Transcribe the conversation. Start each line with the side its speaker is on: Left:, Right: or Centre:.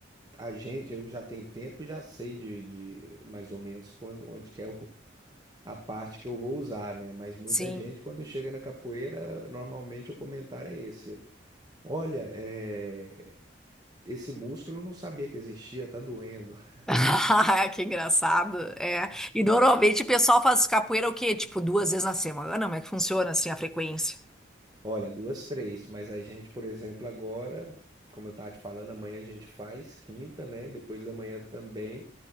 Right: a gente, eu que já tenho tempo, já sei de, de mais ou menos quando, onde que é o- a parte que eu vou usar, né? Mas muita
Centre: sim.
Right: gente, quando chega na capoeira, normalmente o comentário é esse. Olha, é, esse músculo eu não sabia que existia, tá doendo. <laughs>
Centre: <laughs> Que engraçado, é. E normalmente o pessoal faz capoeira o quê? Tipo, duas vezes na semana? Como é que funciona, assim, a frequência?
Right: Olha, duas, três, mas a gente, por exemplo, agora, como eu estava te falando, amanhã a gente faz quinta, né? Depois da manhã também.